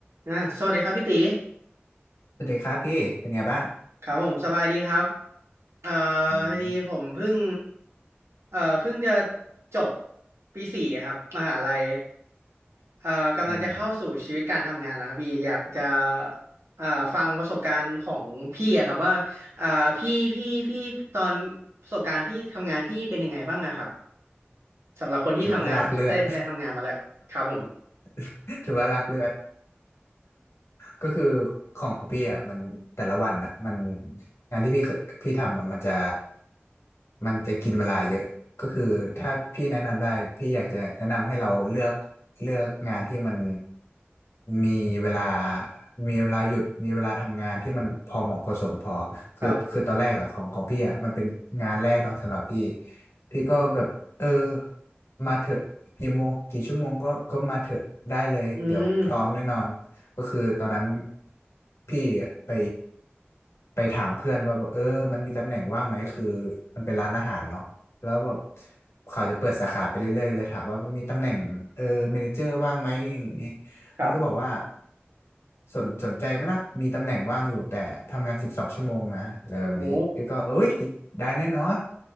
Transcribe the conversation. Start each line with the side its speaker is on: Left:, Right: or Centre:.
Right: อ่ะสวัสดีครับพี่ตี
Left: สวัสดีครับพี่เป็นไงบ้าง
Right: ครับผมสบายดีครับเอ่อ
Left: อืม
Right: พอดีผมเพิ่งเอ่อเพิ่งจะจบปีสี่ครับมหาลัยเอ่อกำลังจะเข้าสู่ชีวิตการทำงานนะครับพี่อยากจะ
Left: อืม
Right: เอ่อฟังประสบการณ์ของพี่อะครับว่าเอ่อพี่พี่พี่ตอนประสบการณ์พี่ทำงานพี่เป็นยังไงบ้างอะครับสำหรับคนที่ทำงานได้ได้ทำงานมาแล้วครับผม
Left: ถือว่าลากเลือด <laughs> ถือว่าลากเลือด ก็คือของของพี่อ่ะมันแต่ละวันอ่ะมันงานที่พี่เคยพี่ทำอะมันจะมันจะกินเวลาเยอะก็คือถ้าพี่แนะนำได้พี่อยากจะแนะนำให้เราเลือกเลือกงานที่มันมีเวลามีเวลาหยุดมีเวลาทำงานที่มันพอเหมาะพอสมพอคือคือตอนแรกอ่ะของของพี่อ่ะมันเป็นงานแรกเนาะสำหรับพี่
Right: ครับ
Left: พี่ก็แบบเออมาเถอะกี่โมงกี่ชั่วโมงก็ก็มาเถอะได้เลยเดี๋ยวพร้อมแน่นอน
Right: อืม
Left: ก็คือตอนนั้นพี่ไปไปถามเพื่อนว่าแบบเออมันมีตำแหน่งว่างไหมคือมันเป็นร้านอาหารเนาะแล้วแบบเขาจะเปิดสาขาไปเรื่อยๆเลยถามว่ามันมีตำแหน่งเออเมเนเจอร์ว่างไหมอย่างงี้
Right: ครับ
Left: มันก็บอกว่าสนสนใจไหมล่ะมีตำแหน่งว่างอยู่แต่ทำงานสิบสองชั่วโมงนะอะไรแบบนี้พี่ก็เอ้ย
Right: โอ้
Left: ได้แน่นอน